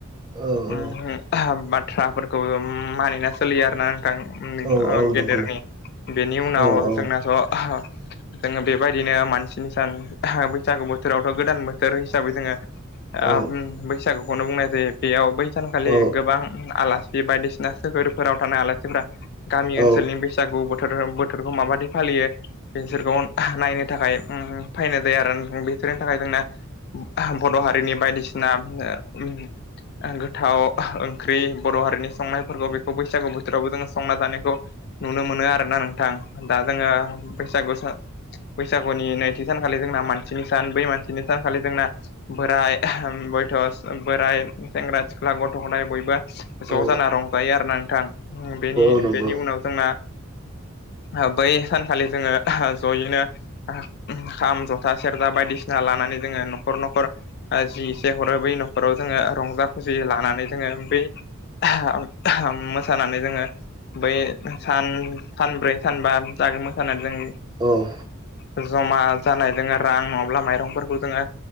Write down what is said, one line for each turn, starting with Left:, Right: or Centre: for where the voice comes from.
Right: औ
Left: उमहो <unintelligible> बाथ्राफोर खौ मानिना सोलियो आरोना नोंथां। उम
Right: औ
Left: ओ
Right: औ
Left: गेदेरनि
Right: नंगौ
Left: बेनि उनाव
Right: औ औ
Left: जोंना थ' <unintelligible> जोङो बेबायदिनो मानसिनि सान <unintelligible> बैसागु बोथोरावथ' गोदान बोथोर हिसाबै जोङो
Right: औ
Left: आ उम बैसागुखौनो बुंनाय जायो। बेयाव बै सानखालि
Right: औ
Left: गोबां आला सि बायदिसिना सोहोरफोराव थानाय आलासिफोरा गामि
Right: औ
Left: ओनसोलनि बैसागु बो- गो बोथोरखौ माबायदि फालियो बिसोरखौ <unintelligible> नायनो थाखाय उम फैनाय जायो आरो बेफोरोरनि थाखाय जोंना <unintelligible> बर' हारिनि बायदिसिना उम ओ गोथाव ओंख्रि बर' हारिनि संनायफोरखौ बेखौ बैसागु बो- थोरावबो जोङो संना जानायखौ नुनो मोनो आरोना नोंथां। दा जोङो बैसागु सा- बैसागुनि नैथि सानखालि जोंना मानसिनि सान बै मानसिनि सानखालि जोंना बोराय <unintelligible> बयथ'स बोराइ सेंग्रा सिख्ला गथ' गथाय बयबो ज'
Right: औ
Left: जाना रंजायो आरो नोंथांनि उ बेनि
Right: औ नंगौ औ नंगौ औ नंगौ
Left: बेनि उनाव जोंना ओ बै सानखालि जोङो जयैनो खाम ज था सेरजा बायदिसिना लानानै जोङो न'खर न'खर ओ जि एसे हरो बै नखराव जोङो रंजा खुसि लानानै जोङो बै <unintelligible> मोसानानै जोङो बै सान सानब्रै सानबा जागोन मोसानानै जों
Right: औ
Left: उ जमा जानाय जोङो रां नङाब्ला माइरंफोरखौ जोङो